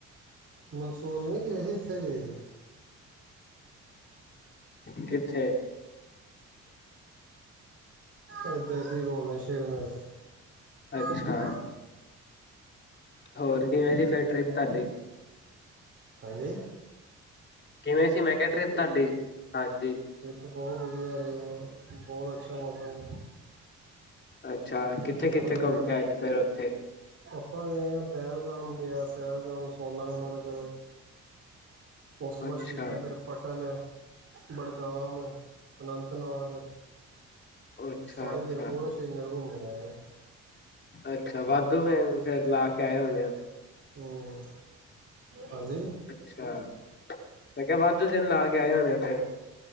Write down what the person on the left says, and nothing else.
ਕਿੱਥੇ?
ਅੱਛਾ ਹੋਰ ਕਿਵੇਂ ਰੀ, ਫਿਰ ਟ੍ਰਿਪ ਤੁਹਾਡੀ?
ਕਿਵੇਂ ਸੀ, ਮੈਂ ਕਿਹਾ ਟ੍ਰਿਪ ਤੁਹਾਡੀ? ਹਾਂਜੀ
ਅੱਛਾ
ਕਿੱਥੇ
ਕਿੱਥੇ ਘੁੰਮ ਕੇ ਆਏ ਸੀ ਫਿਰ ਉੱਥੇ
ਅੱਛਾ
ਅੱਛਾ
ਅੱਛਾ
ਅੱਛਾ, ਵਾਧੂ ਫੈ ਫਰ ਲਾ ਕੇ ਆਏ ਹੋਣੇ ਉਹ।
ਅੱਛਾ ਮੈਂ ਕਿਹਾ ਵਾਧੂ ਦਿਨ ਲਾ ਕੇ ਆਏ ਹੋਣੇ ਫਿਰ